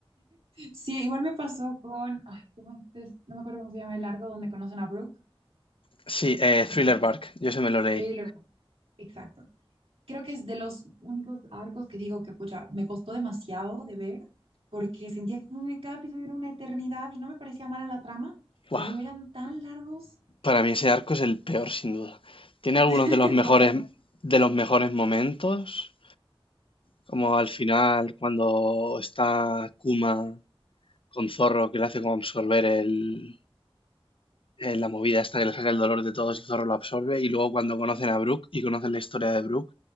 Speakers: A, on the right; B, on the left.
A: Sí, igual me pasó con, ay, ¿cómo es? No me acuerdo cómo se llama el arco donde conocen a Brook.
B: Sí, eh, Thriller
A: Mm,
B: Bark, yo se me lo leí.
A: Thriller, exacto. Creo que es de los únicos arcos que digo que, pucha, me costó demasiado de ver, porque sentía que en cada episodio era una eternidad y no me parecía mala la trama,
B: Guau,
A: pero eran tan largos.
B: para mí ese arco es el peor, sin duda. Tiene algunos
A: <laughs>
B: de los mejores,
A: Total.
B: de los mejores momentos. Como al final, cuando está Kuma con Zorro, que le hace como absorber el, eh, la movida esta que le saca el dolor de todos y Zorro lo absorbe. Y luego cuando conocen a Brook y conocen la historia de Brook